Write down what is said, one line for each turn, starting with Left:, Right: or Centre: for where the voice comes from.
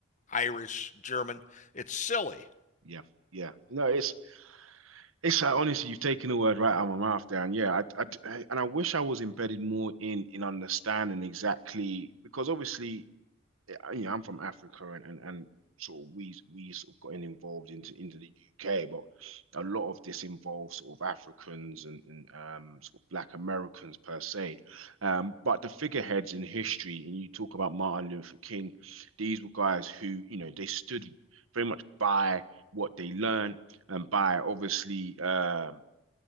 Left: Irish, German, it's silly.
Right: Yeah. Yeah. No, it's it's uh, honestly you've taken the word right out of my mouth there, and yeah, I, I, I- and I wish I was embedded more in in understanding exactly because obviously I- you know, I'm from Africa and, and, and sort of we we sort of gotten involved into into the UK, but a lot of this involves sort of Africans and, and um sort of Black Americans per se. Um, but the figureheads in history, and you talk about Martin Luther King, these were guys who, you know, they stood very much by what they learned and by obviously um